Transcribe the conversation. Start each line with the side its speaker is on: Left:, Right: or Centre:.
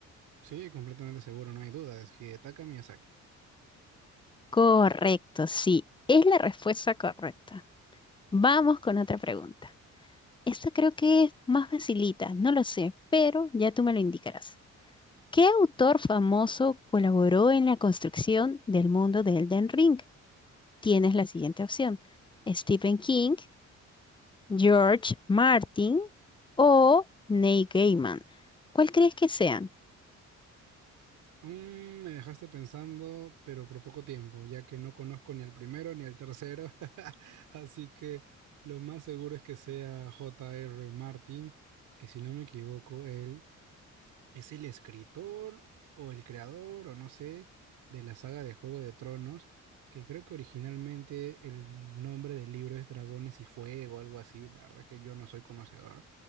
Right: Sí, completamente seguro, no hay duda, es Hidetaka Miyazaki.
Left: Correcto, sí, es la respuesta correcta. Vamos con otra pregunta. Esta creo que es más facilita, no lo sé, pero ya tú me lo indicarás. ¿Qué autor famoso colaboró en la construcción del mundo de Elden Ring? Tienes la siguiente opción: Stephen King, George Martin o Neil Gaiman. ¿Cuál crees que sean?
Right: Mm, me dejaste pensando, pero por poco tiempo, ya que no conozco ni al primero ni al tercero. <laughs> Así que lo más seguro es que sea J.R. Martin, que si no me equivoco, él es el escritor o el creador o no sé de la saga de Juego de Tronos, que creo que originalmente el nombre del libro es Dragones y Fuego, algo así. La verdad que yo no soy conocedor,